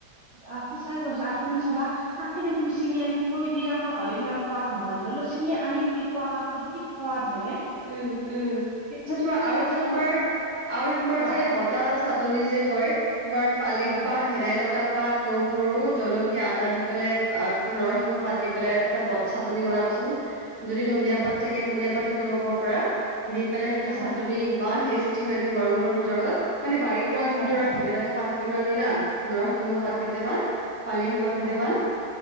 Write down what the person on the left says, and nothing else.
উম উম।
য'ত
তোমাৰ
আৰু এটা
তোমাৰ আৰু তোমাৰ
যে বত- টা চাটনি যে কয় তোমাৰ পালেং
পাত ভেদাইলতা পাত, নহৰু, জলকীয়া, আদা দি পেলাই আত নৰসিংহ পাত দি পেলাই এটা বত- চাটনি বনাবাচোন
যদি ধনিয়া
পাত থাকে ধনিয়া পাতো দিব পাৰা দি পেলাই সেইটোত
চাট- টনি ইমান টেষ্টি হয় একদম গৰম গৰম ভাতৰ লগত মানে বাৰীৰ পৰা তুমি
ধৰা ভেদাইলাতটা পাত কেইটামান আনিলা, নৰস- সিঙৰ পাত
কেইটামান পালেং পাত কেইটামান